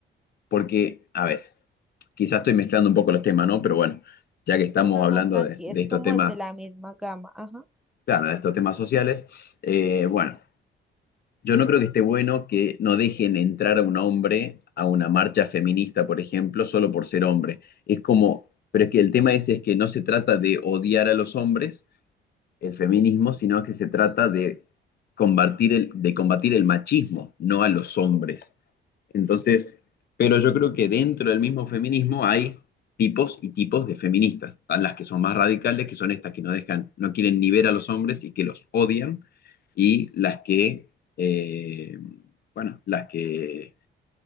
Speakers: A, on the left; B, in the centre.
A: porque, a ver, quizás estoy mezclando un poco los temas, ¿no? Pero bueno, ya que estamos
B: No, no,
A: hablando
B: no, tranqui,
A: de, de
B: es
A: estos
B: como
A: temas,
B: de la misma gama. Ajá,
A: claro, de estos temas sociales, eh, bueno, yo no creo que esté bueno que no dejen entrar a un hombre a una marcha feminista, por ejemplo, solo por ser hombre. Es como, pero es que el tema ese es que no se trata de odiar a los hombres, el feminismo, sino que se trata de combatir el, de combatir el machismo, no a los hombres. Entonces, pero yo creo que dentro del mismo feminismo hay tipos y tipos de feministas. Están las que son más radicales, que son estas que no dejan, no quieren ni ver a los hombres y que los odian, y las que, eh, bueno, las que,